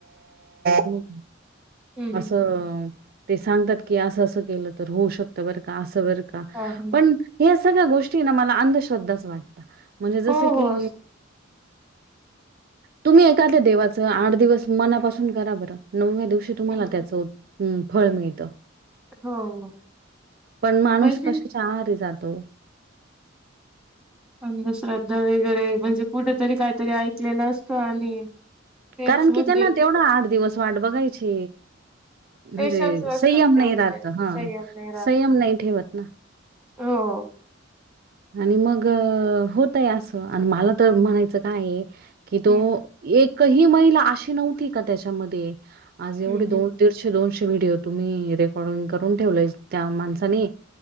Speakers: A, on the right (about 50°); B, in the centre.
A: ह
B: हं,
A: असं
B: हं.
A: ते सांगतात की असं असं केलं तर होऊ शकतं बरं का असं बर का
B: हां, हां.
A: पण ह सगळ्या गोष्टी ना मला अंधश्रद्धाच वाटत म्हणजे जस
B: हो,
A: की
B: हो. असं
A: तुम्ही एखाद्या देवाच आठ दिवस मनापासून करा बरं नवव्या दिवशी तुम्हाला
B: हं,
A: त्याचं फळ मिळतं
B: हो.
A: पण माणूस
B: म्हणजे
A: कशाच्याहरे जात त्तो
B: अंधश्रद्धा वगैरे म्हणजे कुठेतरी काहीतरी ऐकलेलं असतं आणि तेच
A: कारण
B: म्हणजे
A: कि त्यांना तेवढा आठ दिवस वाट बघायची म्हणजे
B: पेशन्स नसतात
A: संयम
B: तेवढे
A: नाही राहत
B: त्यांचे
A: हा
B: संयम नाही राहत.
A: संयम नाही ठेवत ना
B: हो
A: आणि मग होतय असं आणि मला तर म्हणायचं काय कि तो
B: हं,
A: एकही महिला अशी नव्हती का त्याच्यामध्ये आज एवढे
B: हं,
A: दोन
B: हं.
A: दीडशे दोनशे व्हिडिओ तुम्ही रेकॉर्डिंग करून ठेवलंय त्या माणसानी